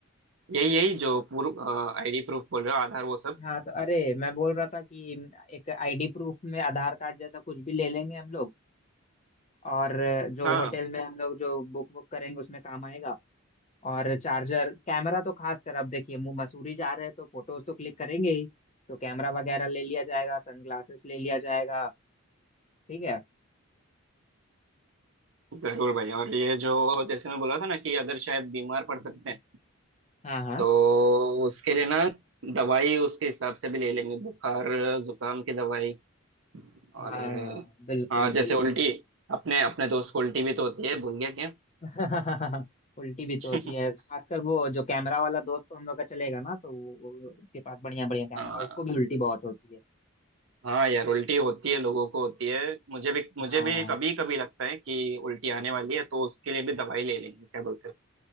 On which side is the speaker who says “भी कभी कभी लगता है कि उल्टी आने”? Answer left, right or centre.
Right